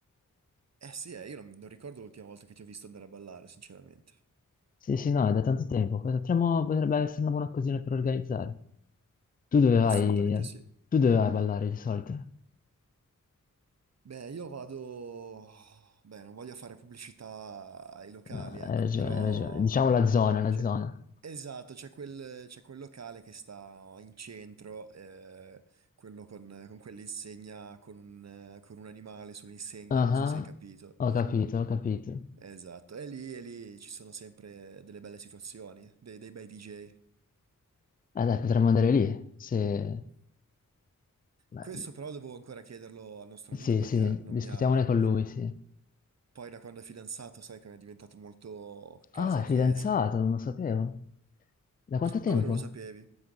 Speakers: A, on the right (about 55°); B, on the left (about 25°).
A: eh sì, eh, io non, mi- non ricordo l'ultima volta che ti ho visto andare a ballare, sinceramente.
B: Sì, sì, no, è da tanto tempo. Potremmo- potrebbe essere una buona occasione per organizzare. Tu dove vai?
A: Assolutamente
B: eh?
A: sì.
B: Tu dove vai a ballare di solito?
A: Beh, io vado... Beh, non voglio fare pubblicità ai locali,
B: No,
A: ecco,
B: hai ragione,
A: però...
B: hai ragione. Diciamo la zona, la
A: C'è-
B: zona.
A: Esatto, c'è quel, c'è quel locale che sta in centro, eh, quello con, con quell'insegna, con un, eh, con un animale sull'insegna,
B: Ah,
A: non so se hai capito.
B: Ho capito, ho capito.
A: Esatto, e lì, e lì ci sono sempre delle belle situazioni, dei, dei bei DJ.
B: Eh dai, potremmo andare lì, se... ma-
A: Questo però devo ancora chiederlo al nostro
B: Sì,
A: amico perché
B: sì,
A: non
B: discutiamone
A: mi ha...
B: con lui, sì.
A: Poi da quando è fidanzato sai che è diventato molto casa
B: Ah,
A: e
B: è
A: chiesa.
B: fidanzato, non lo sapevo. Da quanto tempo?
A: Come non lo sapevi?